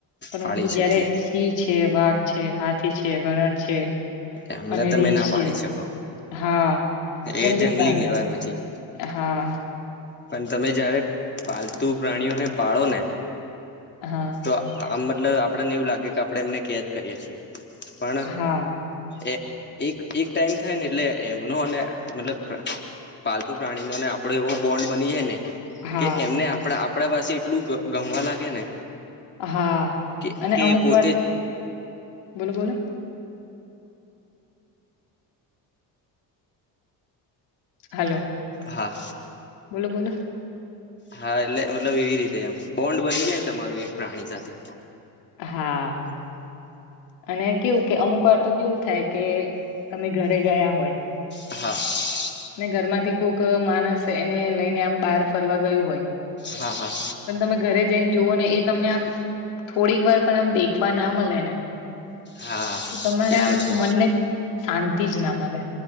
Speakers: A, on the left; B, on the left.
A: પરંતુ
B: પાળી
A: જયારે
B: શકીએ
A: સિંહ છે, વાઘ છે હાથી છે, હરણ છે.
B: એમને
A: અને
B: તમે
A: રીચ
B: ના
A: છે,
B: પાળી શકો
A: હા જંગલી
B: એ
A: પ્રાણી.
B: કહેવાય પછી
A: હા.
B: પણ તમે જયારે પાલતુ પ્રાણીઓને પાળો ને.
A: હા
B: તો આમ મતલબ આપડેને એવું લાગેકે કે <unintelligible> એમને કદ કરીએ છીએ. પણ
A: હા
B: એ એક એક ટાઈમ થાય ને એટલે એમનો અને મતલબ. પાલતુ પ્રાણી નો ને આપડો એવો બોન્ડ બની જાય ને.
A: હા
B: કે એમને આપડા આપડા પાસે એટલું ગમવા લાગે ને.
A: હા
B: કે
A: અને
B: કે
A: અમુક
B: એ પોતે
A: વાર
B: જ
A: બોલો બોલો. <unintelligible>
B: હા
A: બોલો બોલો.
B: હા એટલે મતલબ એવી રીતે એમ બોન્ડ બની જાય ને તમારું એક પ્રાણી સાથે.
A: હા અને કેવું કે અમુક વાર તો કેવું થાય. કે તમે ઘરે ગયા હોય.
B: હા.
A: ઘર માંથી કોઈક માણસ એને લઈને આમ બહાર ફરવા ગયું હોય.
B: હા હા
A: પણ તમે ઘરે જઈને જોવો ને એ. તમને આમ થોડીક વાર પણ આમ દેખવા ના મળે ને.
B: હા
A: તમારા
B: એ તો
A: આ
B: છે
A: મનને શાંતિ જ ના મળે